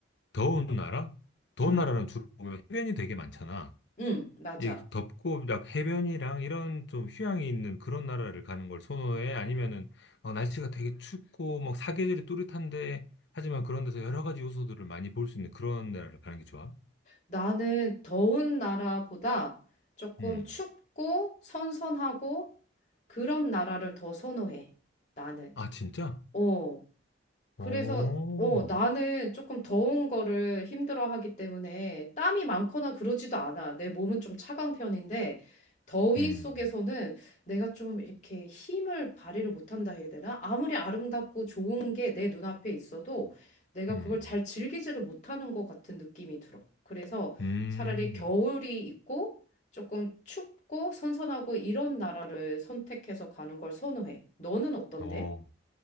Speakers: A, on the left; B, on the left.
A: 더운 나라? 더운
B: 응.
A: 나라는 주로 보면 해변이 되게 많잖아.
B: 응. 맞아.
A: 이 덥고 막 해변이랑 이런 좀 휴양이 있는 그런 나라를 가는 걸 선호해? 아니면은 어, 날씨가 되게 춥고 막 사계절이 뚜렷한데 하지만 그런 데서 여러 가지 요소들을 많이 볼 수 있는 그런 나라를 가는 게 좋아?
B: 나는 더운 나라보다 조금
A: 음.
B: 춥고 선선하고 그런 나라를 더 선호해. 나는.
A: 아, 진짜?
B: 어. 그래서
A: 오
B: 어, 나는 조금 더운 거를 힘들어하기 때문에 땀이 많거나 그러지도 않아. 내 몸은 좀 차가운 편인데 더위
A: 음.
B: 속에서는 내가 좀 이렇게 힘을 발휘를 못한다 해야 되나? 아무리 아름답고 좋은 게 내 눈앞에 있어도 내가
A: 음.
B: 그걸 잘 즐기지를 못하는 것 같은 느낌이 들어. 그래서
A: 음.
B: 차라리 겨울이 있고 조금 춥고 선선하고 이런 나라를 선택해서 가는 걸 선호해. 너는 어떤데?
A: 어.